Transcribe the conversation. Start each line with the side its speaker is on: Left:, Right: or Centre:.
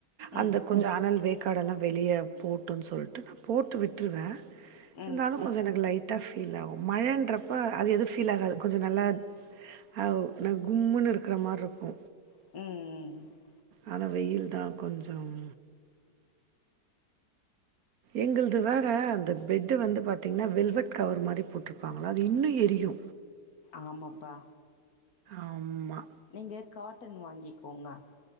Left: ம்.
Right: அந்த கொஞ்ச அனல் வேக்காடெல்லா வெளிய போட்டுன்னு சொல்லிட்டு நா போட்டு விட்ருவே
Left: ம்.
Right: இருந்தாலு கொஞ்சோ எனக்கு லைட்டா ஃபீல் ஆகு மழன்றப்ப அது எது ஃபீல் ஆகாது கொஞ்சோ நல்லா அவ் நா கும்முன்னு இருக்குற மாரி இருக்கு
Left: ம் ம்
Right: ஆனா வெயில் தா கொஞ்சம் எங்கள்து வேற அந்த பெட்டு வந்து பாத்தீங்கன்னா வெல்வெட் கவர் மாரி போட்ருப்பாங்களா அது இன்னு எரியு
Left: ஆமப்பா
Right: ஆமா
Left: நீங்க காட்டன் வாங்கிக்கோங்க